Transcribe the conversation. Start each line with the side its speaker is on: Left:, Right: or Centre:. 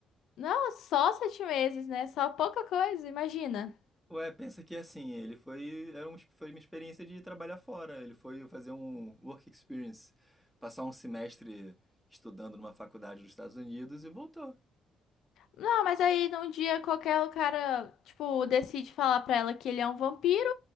Left: Não, só sete meses, né? Só pouca coisa, imagina.
Centre: Ué, pensa que assim, ele foi era um, foi uma experiência de trabalhar fora, ele foi fazer um work experience, passar um semestre estudando numa faculdade dos Estados Unidos e voltou.
Left: Não, mas aí num dia qualquer o cara, tipo, decide falar pra ela que ele é um vampiro.